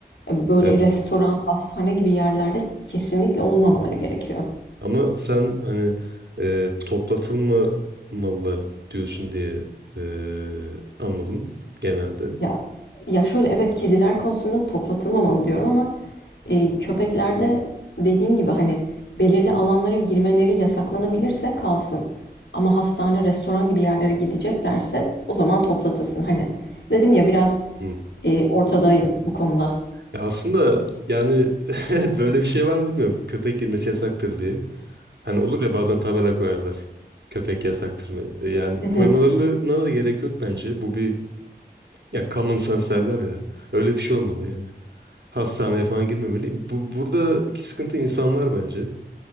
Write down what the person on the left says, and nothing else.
Böyle
restoran, hastane gibi yerlerde kesinlikle olmamaları gerekiyor.
Ya ya şöyle evet kediler konusunda toplatılmamalı diyorum ama e, köpeklerde dediğim gibi hani belirli alanlara girmeleri yasaklanabilirse kalsın. Ama hastane, restoran gibi yerlere gideceklerse o zaman toplatılsın. Hani dedim ya biraz
e, ortadayım bu konuda.
Hı hı.